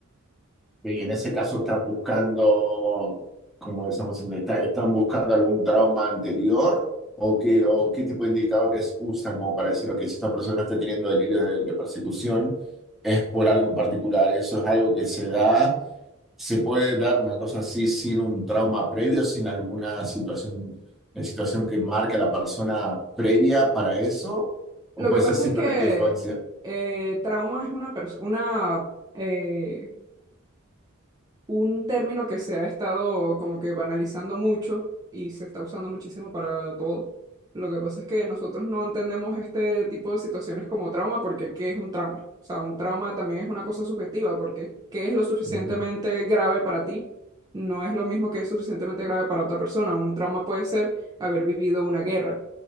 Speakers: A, in the centre; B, on the right.
A: Y en ese caso están buscando, como decíamos antes, está- están buscando algún trauma anterior o qué, o qué tipo de indicadores usan como para decir, ok, si esta persona está teniendo delirios de, de persecución, es por algo en particular. Eso es algo que se da, se puede dar una cosa así sin un trauma previo, sin alguna situación, eh, situación que marque a la persona previa para eso, o
B: Lo
A: puede
B: que pasa
A: ser simplemente
B: es que
A: influencia.
B: eh, trauma es una pers- una, eh, un término que se ha estado como que banalizando mucho y se está usando muchísimo para todo. Lo que pasa es que nosotros no entendemos este tipo de situaciones como trauma porque ¿qué es un trauma? O sea, un trauma también es una cosa subjetiva porque ¿qué es lo suficientemente
A: Ujú,
B: grave para ti? No es lo mismo que es suficientemente grave para otra persona. Un trauma puede ser haber vivido una guerra